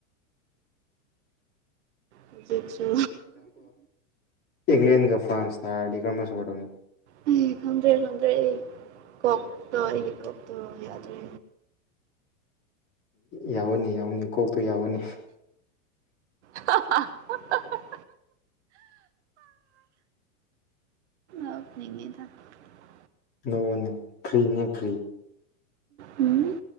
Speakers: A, on the right; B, on the left.
A: ꯍꯧꯖꯤꯡꯁꯨ
B: ꯏꯪꯪꯂ꯭ꯂꯦꯟꯒ ꯐ꯭ꯔꯥꯟꯁ ꯊꯗꯤ ꯀꯔꯝꯕ ꯁꯄꯣ꯭ꯔꯠ ꯇꯧꯅꯤ
A: ꯑꯩ ꯈꯪꯗ꯭ꯔꯦ ꯈꯪꯗ꯭ꯔꯦ ꯑꯩ ꯀꯣꯛꯇꯣ ꯑꯩꯒꯤ ꯀꯣꯛꯇꯣ ꯌꯥꯗ꯭ꯔꯦ
B: ꯌꯥꯎꯋꯣꯅꯦ ꯌꯥꯎꯋꯣꯅꯦ ꯀꯣꯛꯇꯣ ꯌꯥꯎꯋꯣꯅꯧ
A: ꯑ <unintelligible> <unintelligible>
B: ꯂ ꯅ ꯐ꯭ꯔꯤꯅꯦ ꯐ꯭ꯔꯤ
A: ꯎꯝ